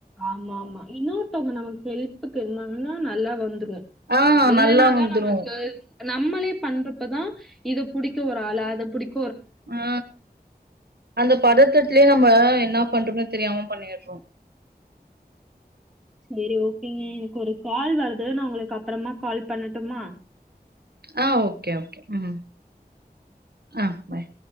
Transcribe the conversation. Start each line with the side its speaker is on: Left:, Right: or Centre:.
Centre: ஆமா ஆமா இன்னொர்த்தவங்க நமக் ஹெல்ப்புக்கு இருந்தாங்கன்னா நல்லா வந்துர் கு ம்ச்
Right: ஆ
Centre: இல்லன்னாதா
Right: நல்லா வந்துரும்.
Centre: நமக் <unintelligible> நம்மளே பண்றப்பதா இத புடிக்க ஒரு ஆளு அத புடிக்
Right: ஆ அந்த பதட்டத்துலயே நம்ப என்ன பண்றோம்னே தெரியாமப் பண்ணிடுறோ
Centre: செரி ஓகேங்க எனக்கு ஒரு கால் வருது நா உங்களுக்கு அப்றமா கால் பண்ணட்டுமா
Right: ஆ ஓகே ஓகே ம் ஆ பாய்